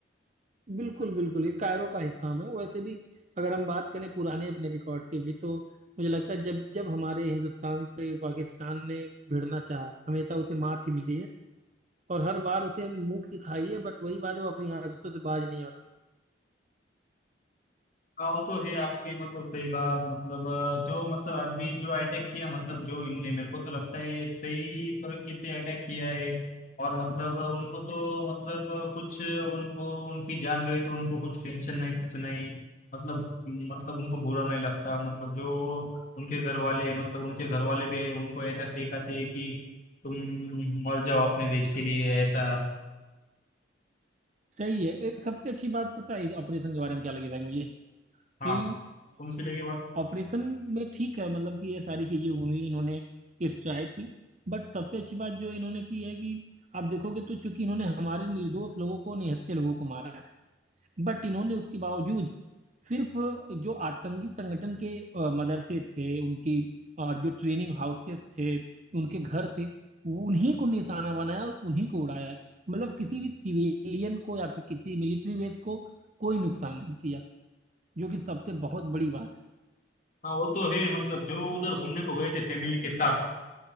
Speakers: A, on the right; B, on the left.
A: बिल्कुल बिल्कुल ये कायरो का ही काम है वैसे भी अगर हम बात करें पुराने अपने रिकॉर्ड की भी तो मुझे लगता है जब जब हमारे हिंदुस्तान से पाकिस्तान ने भिड़ना चाहा है हमेशा उसे मात ही मिली है और हर बार उसे मुंह की खाई है बट वही बात है, वो अपनी आदतों से बाज नहीं आता
B: हाँ, वो तो है आपकी मतलब सही बात मतलब अ, जो मतलब अभी जो अटैक किया मतलब जो इनने मेरे को तो लगता है ये सही तरीके से अटैक किया है और मतलब अ, उनको तो मतलब अ, कुछ उनको उनकी जान गई तो उनको कुछ टेंशन नहीं कुछ नहीं मतलब मतलब उनको बुरा नहीं लगता मतलब जो उनके घर वाले मतलब उनके घर वाले भी उनको ऐसा सिखाते हैं कि तुम मर जाओ अपने देश के लिए ऐसा
A: सही है एक सबसे अच्छी बात पता है ऑपरेशन के बारे में क्या लगी भाई मुझे
B: हाँ
A: कि
B: कौन सी लगी बात
A: ऑपरेशन में ठीक है मतलब कि ये सारी चीजें हुई इन्होंने स्ट्राइक की बट सबसे अच्छी बात जो इन्होंने की है कि आप देखोगे तो चूंकि इन्होंने हमारे निर्दोष लोगों को निहत्थे लोगों को मारा है बट इन्होंने उसके बावजूद सिर्फ जो आतंकी संगठन के अ, मदरसे थे उनकी अ, जो ट्रेनिंग हाउसेस थे उनके घर थे उन्हीं को निशाना बनाया और उन्हीं को उड़ाया है मतलब किसी भी सिविलियन को या फिर किसी मिलिट्री बेस को कोई नुकसान नहीं किया जो कि सबसे बहुत बड़ी बात है
B: हाँ वो तो है मतलब जो उधर घूमने को गए थे फैमिली के साथ